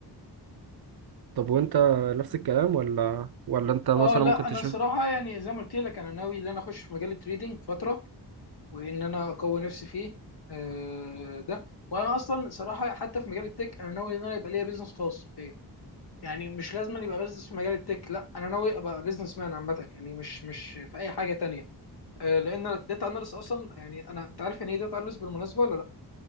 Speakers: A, on the right; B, on the left.
A: طب وانت نفس الكلام ولا ولا انت مثلا
B: اه لا
A: ممكن
B: انا
A: تشوف
B: الصراحه يعني زي ما قلت لك انا ناوي ان انا اخش في مجال التريدينج فتره وان انا اقوي نفسي فيه آه، ده وانا اصلا صراحه حتى في مجال التك انا ناوي ان انا يبقى ليا بيزنس خاص بيا يعني مش لازم أن يبقى بيزنس في مجال التك لا انا ناوي ابقى بيزنس مان عامه يعني مش مش في اي حاجه تانية آه، لان الداتا اناليست اصلا يعني انا انت عارف يعني ايه داتا اناليست بالمناسبه ولا